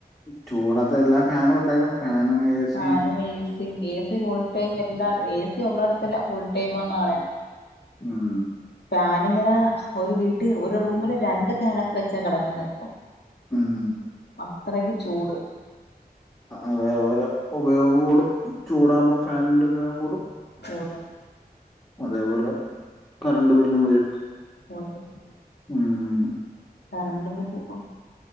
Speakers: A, on the left; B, on the left.
A: ചൂടത്ത് എല്ലാ ഫാനും ഇട്ടേക്കും ഫാനും എ
B: ഫാനും
A: സിയും
B: ഏസ് സീം എ സി ഫുൾ ടൈം എല്ലാട് ഏസി ഉള്ളെടത്തെല്ലാം ഫുൾ ടൈമാന്നാ പറയുന്നെ
A: ഉം
B: ഫാൻ ന്നിങ്ങനെ ഒരു വീട്ടി ഒരു റൂമില് രണ്ട് ഫാനൊക്കെ വെച്ചാ കെടക്കുന്നേ ഇപ്പം
A: ഉം
B: അത്രക്ക് ചൂട്
A: അതെ ഓരോ ഉപയോഗം കൂടും ചൂടാവുമ്പം ഫാനിന്റെ ഉപയോഗം കൂടും
B: കൂടും
A: അതേപോലെ കര കരണ്ടു ബില്ലും വരും
B: മുവ്വായിരന്നെ
A: ഉം
B: കറണ്ട് പോക്ക് ഇപ്പം